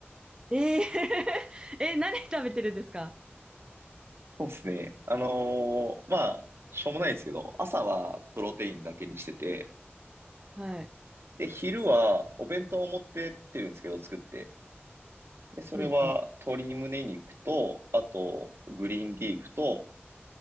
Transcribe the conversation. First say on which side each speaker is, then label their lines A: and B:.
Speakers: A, on the right (about 20°); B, on the right (about 65°).
A: えー、<laughs> え、何食べてるんですか
B: そうですね。あのーまあ、しょうもないですけど、朝はプロテインだけにしてて、
A: はい。
B: で、昼はお弁当を持ってってるんですけど、作って。で、それは鶏胸肉と、
A: うんうん。
B: あと、グリーンリーフと、